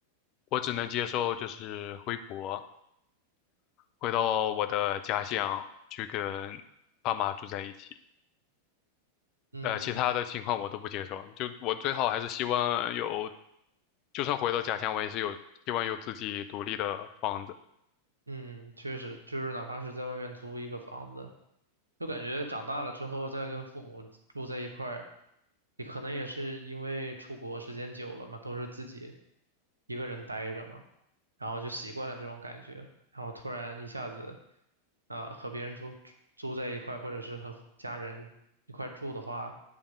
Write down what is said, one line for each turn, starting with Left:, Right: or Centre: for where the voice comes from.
Left: 我只能接受就是回国。回到我的家乡去跟爸妈住在一起。
Right: 嗯
Left: 呃，其他的情况我都不接受，就我最好还是希望有，就算回到家乡，我也是有希望有自己独立的房子。
Right: 嗯，确实，就是哪怕是在外面租一个房子，就感觉长大了之后再跟父母住在一块儿，也可能也是因为出国时间久了嘛，都是自己一个人待着嘛。然后就习惯了这种感觉，然后突然一下子，呃，和别人住住在一块，或者是和家人一块住的话，